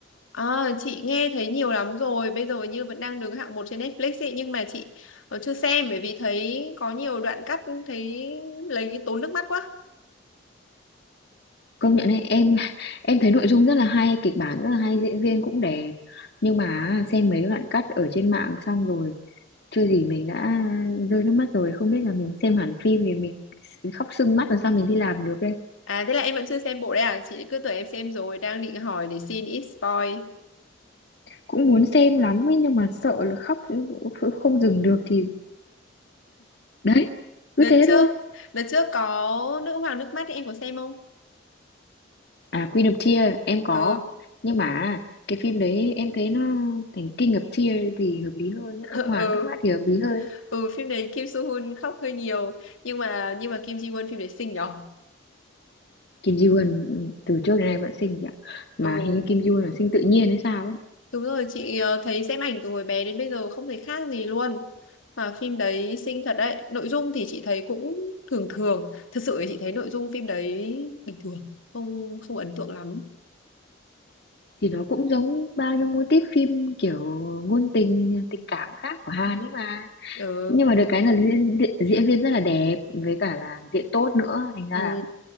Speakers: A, on the left (about 85°); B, on the left (about 55°).
A: Ờ, chị nghe thấy nhiều lắm rồi, bây giờ như vẫn đang đứng hạng một trên Netflix ấy, nhưng mà chị ờ, chưa xem bởi vì thấy có nhiều đoạn cắt thấy lấy tốn nước mắt quá.
B: Công nhận ấy, em <laughs> em thấy nội dung rất là hay, kịch bản rất là hay, diễn viên cũng đẹp. Nhưng mà xem mấy đoạn cắt ở trên mạng xong rồi chưa gì mình đã rơi nước mắt rồi không biết là mình xem hẳn phim thì mình khóc sưng mắt làm sao mình đi làm được
A: À thế là em vẫn chưa xem bộ đấy à? Chị cứ tưởng em xem rồi, đang định hỏi để xin ít spoil.
B: cũng muốn xem lắm ấy nhưng mà sợ là khóc kh- không dừng được thì đấy
A: Đợt
B: cứ thế
A: trước,
B: thôi
A: đợt trước có Nữ hoàng nước mắt ấy, em có xem không?
B: à Queen of Tears em có
A: Ừ,
B: nhưng mà cái phim đấy em thấy nó thành King of Tears thì hợp lý hơn ấy.
A: <laughs>
B: ông
A: ừ,
B: Hoàng nước mắt thì hợp lý hơn
A: ừ, phim đấy Kim Soo Hyun khóc hơi nhiều, nhưng mà nhưng mà Kim Ji Won phim đấy xinh nhở?
B: Kim Ji Won ừ, từ trước đến nay vẫn xinh chị ạ mà
A: Ừ,
B: hình như Kim Ji Won là sinh tự nhiên hay sao ấy
A: đúng rồi, chị ờ, thấy xem ảnh từ hồi bé đến bây giờ không thấy khác gì luôn. Mà phim đấy xinh thật đấy, nội dung thì chị thấy cũng thường thường, thật sự thì chị thấy nội dung phim đấy bình thường, không không ấn tượng lắm.
B: thì nó cũng giống bao nhiêu mô típ phim kiểu ngôn tình tình cảm khác của Hàn ấy mà
A: Ừ.
B: nhưng mà được cái là diễn, diễn viên rất là đẹp với cả là diễn tốt nữa thành ra
A: Ừ.
B: là